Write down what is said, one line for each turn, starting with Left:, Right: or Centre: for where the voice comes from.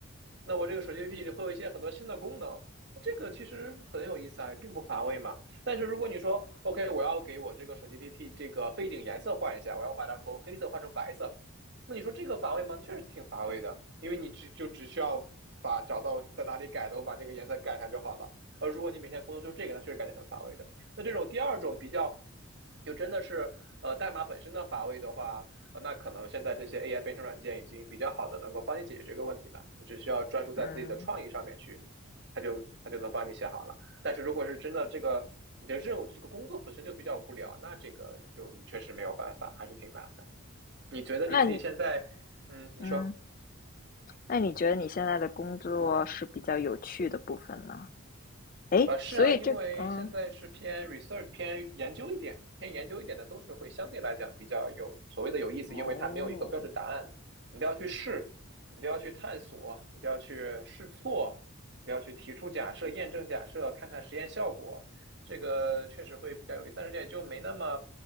Right: 那我这个手机 APP 里会有一些很多新的功能，那这个其实很有意思啊，并不乏味嘛。但是如果你说 OK，我要给我这个手机 APP 这个背景颜色换一下，我要把它从黑色换成白色，那你说这个乏味吗？确实挺乏味的，因为你只就只需要把找到在哪里改的，我把这个颜色改一下就好了。呃，如果你每天工作就是这个，那确实感觉很乏味的。那这种第二种比较，就真的是呃代码本身的乏味的话，呃那可能现在这些 AI 编程软件已经比较好的能够帮你解决这个问题了。你只需要专注在自己的创意上面去，
Left: 嗯，
Right: 它就它就能帮你写好了。但是如果是真的这个你的任务这个工作本身就比较无聊，那这个就你确实没有办法，还是挺难的。你觉得你自己现在，
Left: 那你
Right: 嗯，你说。
Left: 嗯，那你觉得你现在的工作是比较有趣的部分呢？诶，
Right: 呃，是啊，
Left: 所以这嗯，
Right: 因为现在是偏 research、偏研究一点的，偏研究一点的都是会相对来讲比较有所谓的有意思，
Left: 哦，
Right: 因为它没有一个标准答案，你都要去试，你都要去探索，你都要去试错，你都要去提出假设、验证假设，看看实验效果，这个确实会比较有意思，但是也就没那么